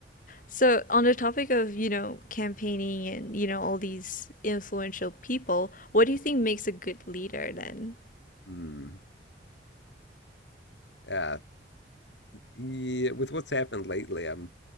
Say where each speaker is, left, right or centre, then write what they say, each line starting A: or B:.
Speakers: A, on the left; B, on the left.
A: So on the topic of, you know, campaigning and, you know, all these influential people, what do you think makes a good leader then?
B: Hmm. Yeah, Yeah, with what's happened lately, I'm